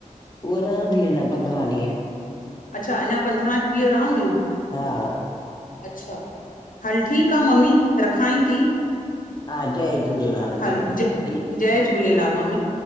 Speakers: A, on the left; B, on the left.
A: उह रहंदी थी अंञा पंद्रहं ॾींहं
B: अच्छा अञा पंद्रहं ॾींहं रवहंदियूं
A: हा
B: अच्छा हल ठीकु आ मम्मी रखांइ थी
A: हा जय झूलेलाल
B: हल
A: भेण
B: जय
A: जी
B: जय झूलेलाल मम्मी